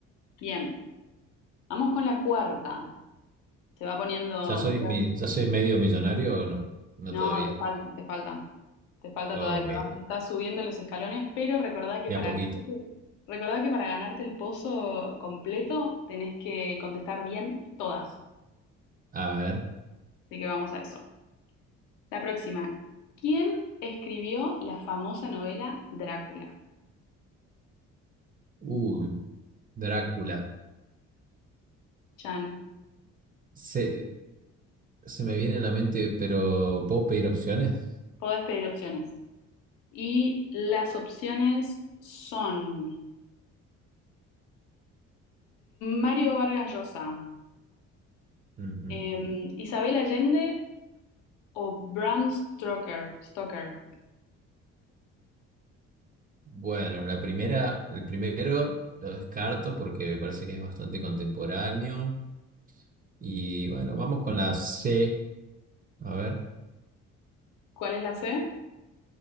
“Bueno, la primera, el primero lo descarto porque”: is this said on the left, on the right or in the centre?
Right